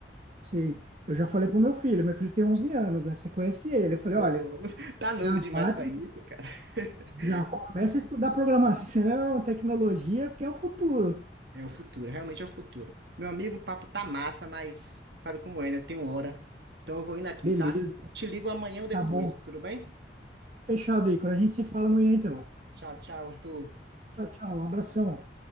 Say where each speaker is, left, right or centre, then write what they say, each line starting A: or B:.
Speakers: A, on the right (about 40°); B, on the right (about 70°).
A: Sim, eu já falei pro meu filho, meu filho tem 11 anos, né? Você conhece ele. Eu falei,
B: Ô,
A: olha,
B: <laughs> Tá novo
A: já
B: demais
A: vai
B: para
A: para
B: isso, cara. <laughs>
A: Já começa a estudar programação, tecnologia, porque é o futuro.
B: É o futuro, realmente é o futuro. Meu amigo, o papo tá massa, mas sabe como é, né? Tem hora. Então eu vou indo aqui,
A: Beleza,
B: tá? Te ligo amanhã ou depois,
A: tá bom.
B: tudo bem?
A: Fechado, aí. Quando A gente se fala amanhã, então.
B: Tchau, tchau, Arthur.
A: Tchau, tchau. Um abração.